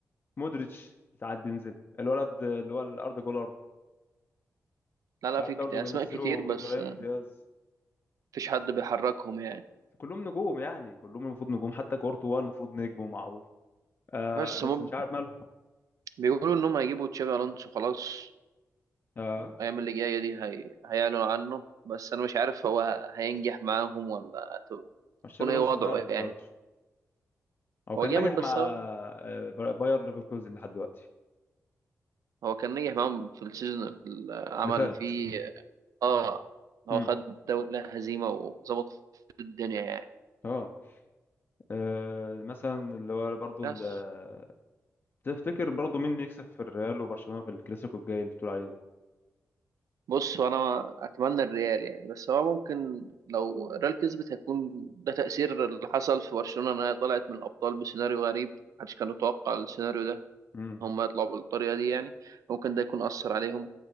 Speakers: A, on the left; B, on the right.
A: مودريتش ساعات بينزل الولد اللي هو الاردا جولر
B: لا
A: ساعات
B: لا في
A: برضه
B: كت- اسماء
A: بينزلوا
B: كتير بس
A: ابراهيم
B: آه،
A: دياز
B: مفيش حد بيحركهم يعني
A: كلهم نجوم يعني كلهم المفروض نجوم حتى كورتوا المفروض نجم ومعروف آه
B: بس
A: بس
B: هم
A: مش عارف مالهم
B: بيقولوا انهم هيجيبوا تشابي الونسو خلاص
A: اه
B: الايام اللي جايه دي هي... هيعلنوا عنه بس انا مش عارف هو هينجح معاهم ولا هت-
A: مش
B: هيكون
A: شابي الونسو
B: ايه وضعه
A: جامد
B: يعني
A: برضه هو
B: هو
A: كان
B: جامد
A: ناجح
B: بس
A: مع
B: هو
A: آه باير ليفركوزن لحد دلوقتي
B: هو كان نجح معاهم في السيزون اللي عمل
A: اللي فات
B: فيه اه هو
A: امم
B: خد دوري هزيمة وظبط الدنيا يعني
A: اه آه، مثلا اللي هو برضه
B: بس
A: ال- آه، تفتكر برضه مين بيكسب في الريال وبرشلونة في الكلاسيكو الجاي اللي انت بتقول عليه ده
B: بص هو انا اتمنى الريال يعني بس هو ممكن لو الريال كسبت هيكون ده تأثير اللي حصل في برشلونة ان هي طلعت من الابطال بسيناريو غريب محدش كان يتوقع السيناريو ده
A: امم
B: هم يطلعوا بالطريقة دي يعني ممكن ده يكون أثر عليهم